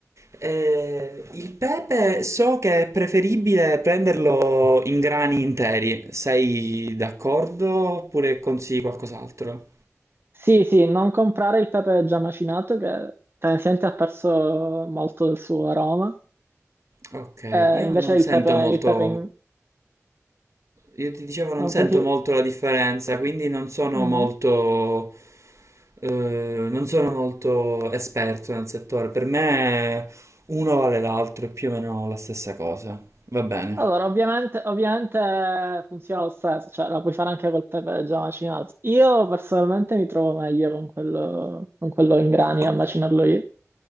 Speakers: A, on the right; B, on the right.
A: Eh, il pepe so che è preferibile prenderlo in grani interi. Sei d'accordo oppure consigli qualcos'altro?
B: Sì, sì, non comprare il pepe già macinato che tendenzialmente ha perso molto del suo aroma,
A: Ok,
B: Eh,
A: io
B: invece
A: non
B: il
A: sento
B: pepe,
A: molto,
B: il pepe in-
A: io ti dicevo non
B: non
A: sento
B: senti...
A: molto la differenza, quindi non sono
B: Mhm.
A: molto, eh, non sono molto esperto nel settore. Per me uno vale l'altro, è più o meno la stessa cosa. Va bene.
B: Allora, ovviamente, ovviamente funziona lo stesso, cioè la puoi fare anche col pepe già macinato. Io personalmente mi trovo meglio con quello, con quello in grani
A: O-
B: a macinarlo io.